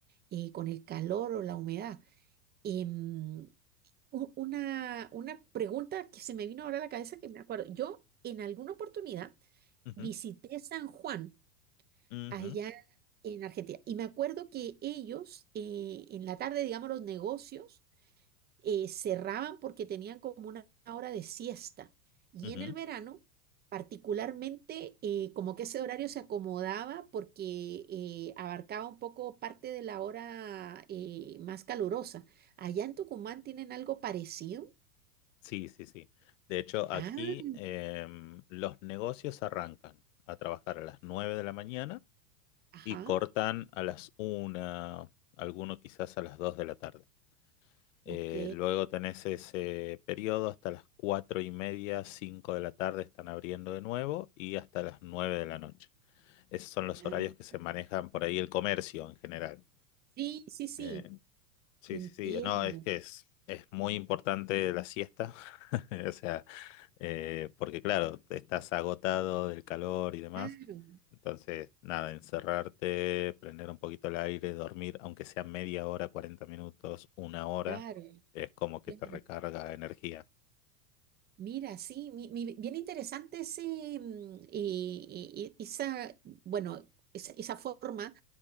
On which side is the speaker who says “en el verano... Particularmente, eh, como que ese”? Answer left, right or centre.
Right